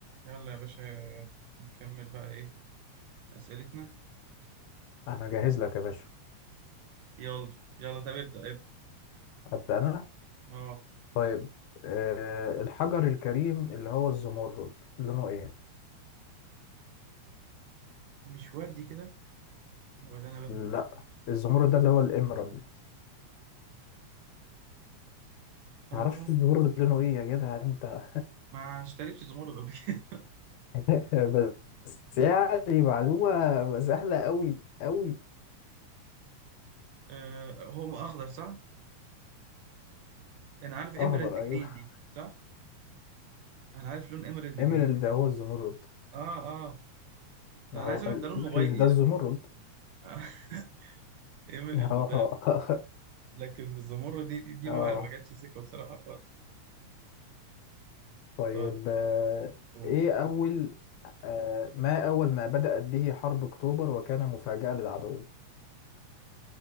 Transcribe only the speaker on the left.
انا جاهز لك يا باشا
ابدا انا
طيب أه الحجر الكريم اللي هو الزمرد لونه ايه
لا الزمرد ده اللي هو الإمرالد
تعرفش الزمرد لونه ايه يا جدع انت
<laughs> بس يعني معلومة سهلة قوي قوي
اخضر ايوه
إمرالد
ده هو الزمرد
ما
هو
الإمرالد
ده الزمرد
اه
<laughs>
اه
طيب
آه،
ايه اول آه، ما أول ما بدأت به حرب أكتوبر وكان مفاجأة للعدو